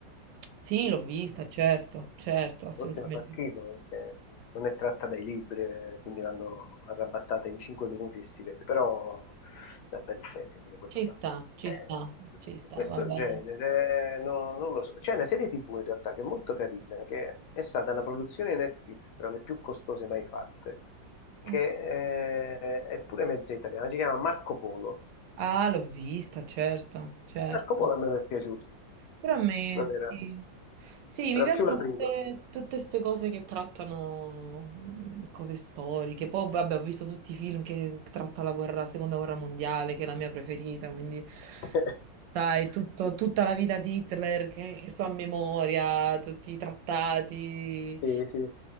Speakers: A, on the right (about 75°); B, on the left (about 75°).
A: sì, l'ho vista, certo, certo, assolutamente.
B: l'ultima fa schifo perché non è tratta dai libri, eh, quindi l'hanno arrabattata in 5 minuti e si vede, però è una bella serie pure quella
A: Ci
B: là.
A: sta, ci
B: Eh,
A: sta, ci sta,
B: di Questo
A: va bene.
B: genere no- non lo so. C'è una serie TV in realtà che è molto carina, che è stata una produzione Netflix tra le più costose mai fatte,
A: Ah,
B: che
A: sì.
B: eh, è pure mezza italiana, si chiama Marco Polo.
A: Ah, l'ho vista, certo, certo.
B: Marco Polo a me mi è piaciuto,
A: Però a me,
B: non era,
A: sì, Sì, mi
B: era
A: piacciono
B: più la prima.
A: tutte queste cose che trattano mm, cose storiche. Poi, vabbè, ho visto tutti i film che tratta la guerra, la seconda guerra mondiale, che è la mia preferita, quindi,
B: <laughs>
A: sai, tutto-
B: Sì,
A: tutta la vita di Hitler che, che so a memoria, tutti i trattati.
B: sì, sì,